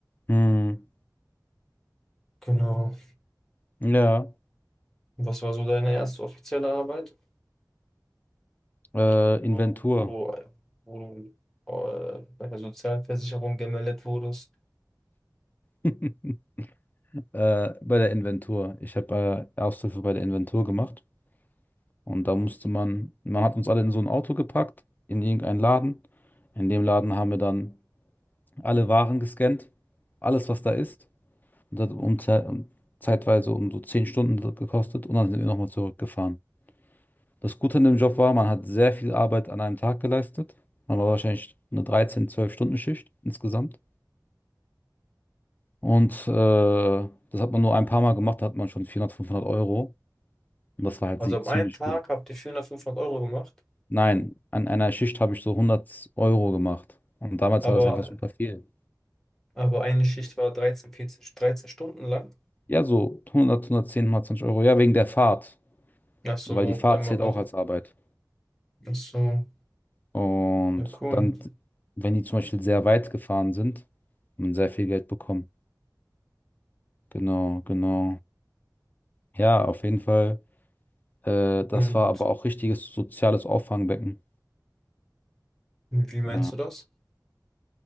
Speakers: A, on the left (about 25°); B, in the centre.
A: Hm.
B: Genau.
A: Ja,
B: Was war so deine erste offizielle Arbeit,
A: äh,
B: wo,
A: Inventur.
B: wo du, äh, wo du äh, bei der Sozialversicherung gemeldet wurdest?
A: <laughs> Äh, bei der Inventur. Ich habe äh, Aushilfe bei der Inventur gemacht. Und da musste man, man hat uns alle in so ein Auto gepackt, in irgendeinen Laden. In dem Laden haben wir dann alle Waren gescannt, alles, was da ist. Und das hat um, Ze- um, zeitweise um so zehn Stunden gekostet. Und dann sind wir nochmal zurückgefahren. Das Gute an dem Job war, man hat sehr viel Arbeit an einem Tag geleistet. Man war wahrscheinlich eine 13, 12-Stunden-Schicht insgesamt. Und äh, das hat man nur ein paar Mal gemacht, da hat man schon 400, 500 Euro. Und das war halt
B: Also
A: sie-
B: am
A: ziemlich
B: einen Tag
A: gut.
B: habt ihr 400, 500 Euro gemacht,
A: Nein, an einer Schicht habe ich so 100 Euro gemacht. Und damals
B: aber,
A: war das einfach super viel.
B: aber eine Schicht war 13, 14, 13 Stunden lang.
A: Ja, so 100, 110, 120 Euro. Ja, wegen der Fahrt.
B: Ach so,
A: Weil die Fahrt
B: einmal,
A: zählt auch
B: also,
A: als Arbeit.
B: ach so,
A: Und
B: ja cool.
A: dann, wenn die zum Beispiel sehr weit gefahren sind, haben man sehr viel Geld bekommen. Genau, genau. Ja, auf jeden Fall. Äh, das
B: Und
A: war aber auch richtiges soziales Auffangbecken.
B: wie meinst
A: Ja.
B: du das?